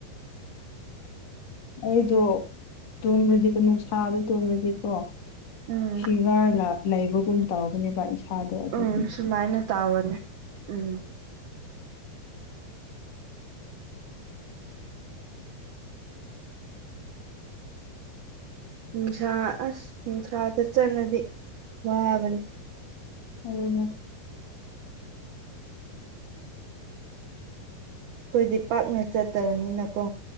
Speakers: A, on the left; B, on the right.
A: ꯑꯩꯗꯣ ꯇꯨꯝꯕꯗꯤꯀꯣ ꯅꯨꯡꯁꯥꯗ ꯇꯨꯝꯕꯗꯤꯀꯣ
B: ꯎꯝ
A: ꯐꯤꯚꯔ ꯂꯩꯕꯒꯨꯝ ꯇꯧꯔꯛꯀꯅꯤꯕ ꯑꯩꯁ ꯊꯥꯗꯣ ꯑꯗꯨꯗꯤ
B: ꯎꯝ
A: <unintelligible>
B: ꯁꯨꯃꯥꯏꯅ ꯇꯧꯕꯅꯦ ꯎꯝ ꯅꯨꯡꯁꯥ ꯑꯁ ꯅꯨꯡꯁꯥꯗ ꯆꯠꯂꯗꯤ ꯋꯥꯕꯅꯤ
A: ꯑꯗꯨꯅꯦ
B: ꯑꯩꯈꯣꯏꯗꯤ ꯄꯥꯛꯅ ꯆꯠꯇꯕꯅꯤꯅꯀꯣ